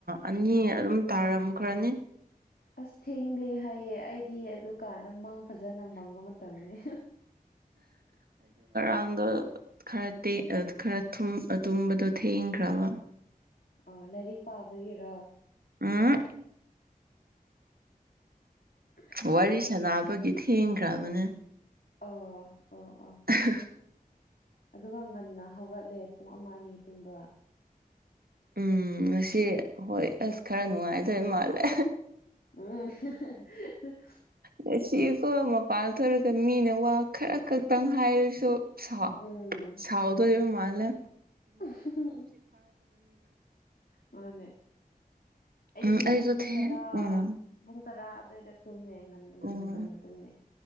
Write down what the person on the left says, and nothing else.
ꯑꯁ ꯊꯦꯡꯗꯦ ꯍꯥꯏꯌꯦ ꯑꯩꯗꯤ ꯑꯗꯨꯀꯥꯟꯗ ꯃꯪ ꯐꯖꯅ ꯃꯪꯕ ꯃꯠ ꯇꯝꯃꯦ
ꯑꯥ ꯂꯥꯏꯔꯤꯛ ꯄꯥꯕꯒꯤꯔ
<inaudible>
ꯑꯣ ꯑꯣ ꯑꯣ
ꯑꯗꯨꯒ ꯉꯟꯅ ꯍꯧꯒꯠꯂꯦ ꯄꯨꯡ ꯑꯃ ꯑꯅꯤ ꯇꯨꯝꯕ
ꯎꯝ ꯍꯨ ꯍꯨ ꯍꯨ
ꯎꯝ
ꯎꯝꯍꯨꯝ ꯍꯨꯝ ꯃꯥꯅꯦ ꯑꯩꯗꯤ
ꯄꯨꯡ
ꯇꯔꯥ
ꯄꯨꯡ ꯇꯔꯥ ꯑꯗꯨꯋꯥꯏꯗ ꯇꯨꯝꯃꯦ ꯉꯟꯅ ꯉꯟꯅ
ꯉꯟꯅ ꯇꯨꯝꯃꯦ